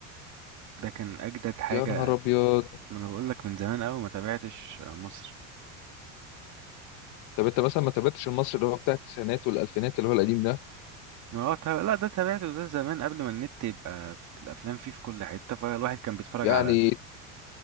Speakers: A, on the right (about 45°); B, on the left (about 65°).
A: ده كان اجدد حاجة
B: يا نهار ابيض
A: ما انا بقول لك من زمان قوي ما تابعتش آه، مصر
B: طب انت مثلا ما تابعتش المصري اللي هو بتاع التسعينات والالفينات اللي هو القديم ده
A: اه ط- لا ده تابعته ده زمان قبل ما النت يبقى الافلام فيه في كل حته فالواحد كان بيتفرج
B: يعني
A: على